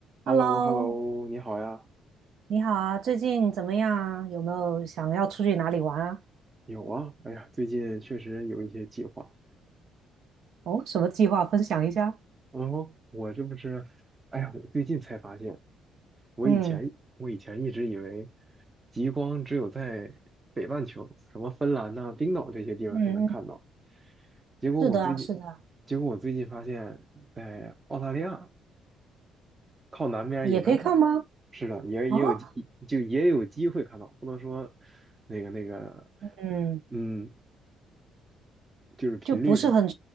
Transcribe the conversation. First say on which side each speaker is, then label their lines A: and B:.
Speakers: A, on the right; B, on the right.
A: h
B: Hello，
A: e l l o h e l l o 你好呀。
B: 你好啊，最近怎么样啊？有没有想要出去哪里玩啊？
A: 有啊，哎呀，最近确实有一些计划。
B: 哦，什么计划分享一下？
A: 然后我这不是，哎呀，我最近才发现，我以前我以前一直以为
B: 嗯
A: 极光只有在北半球，什么芬兰呐、冰岛这些地方才能看到。
B: 嗯嗯，
A: 结果我最近，
B: 是的啊，是的啊，
A: 结果我最近发现，在澳大利亚靠南边也能看。
B: 也可以看吗？
A: 是的，也也有机就也有机会看到，
B: 啊，
A: 不能说那个那个，
B: 嗯，
A: 嗯，就是频率看。
B: 就不是很